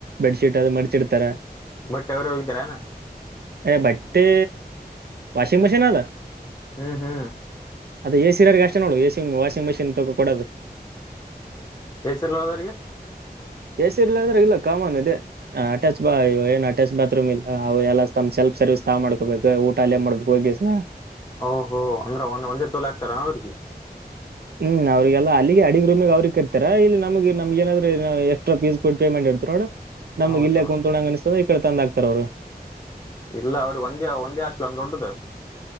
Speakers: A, on the right; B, on the left.
A: ಬೆಡ್ಶೀಟ್ ಅದು ಮಡಚಿಡ್ತಾರ.
B: ಬಟ್ಟಿಅವ್ರೆ ಹೋಗಿತಾರೇನ್.
A: ಎ ಬಟ್ಟೆ ವಾಶಿಂಗ್ ಮಷೀನದ.
B: ಹ್ಮ್ ಹ್ಮ್.
A: ಅದೇ ಎಸಿ ನವರಿಗಸ್ಟೇ ನೋಡು A C washing machine machine ತಕ ಕೊಡೋದು.
B: ಎ ಸಿ ಇರ್ಲಾರದೋರ್ಗೆ
A: ಎಸಿ ಇಲ್ಲ್ರಾದವರಿಗೆಇಲ್ಲ ಕಾಮನ್ ಇದೆ. ಹ ಅಟ್ಯಾಚ್ ಬಾತ್ ಏನ್ ಅಟ್ಯಾಚ್ ಬಾತ್ರೂಮ್ ಇಲ್ಲ ಅವ್ ಎಲ್ಲಾ ತಮ್ ಸಲ್ಫ್ ಸರ್ವಿಸ್ ತಾವ್ ಮಾಡ್ಕೋಬೇಕು ಊಟ ಅಲ್ಲೇ ಮಾಡ್ಬೇಕು ಹೋಗಿ. ವಾ. <inaudible>
B: ಓಹೋ ಅಂದ್ರೆ ಒಂದ್ ಒಂದೇ ತೋಲ ಆಕ್ತಾರ ಅವ್ರಿಗೆ.
A: ಹ್ಮ್, ಅವ್ರರಿಗೆಲ್ಲ ಅಲ್ಲಿಗೆ ಅಡಿಗೆ ರೂಮಿಗೆ ಅವ್ರಗ್ ಇರ್ತಾರ ಇಲ್ಲಿ ನಮಗೆ ನಮ್ಗ ನಾದ್ರೂ ಎಕ್ಸ್ಟ್ರಾ ಪೀಸ್ ಕೊಟ್ಟು ಪೇಮೆಂಟ್ ಮಾಡಿರ್ತಿವಿ ನೋಡ ನಮ್
B: ಹೌದು
A: ಇಲ್ಲೇ ಕುಂತುಣ್ಣಂಗ ಅನಿಸ್ತದ ಈ ಕಡೆ ತಂದ ಹಾಕ್ತಾರ ಅವರು.
B: ಇಲ್ಲ ಅವ್ರಿಗೆ ಒಂದೇ ಒಂದೇ ಹಾಸ್ಟೆಲ್ನ್ ದೊಡ್ಡದು.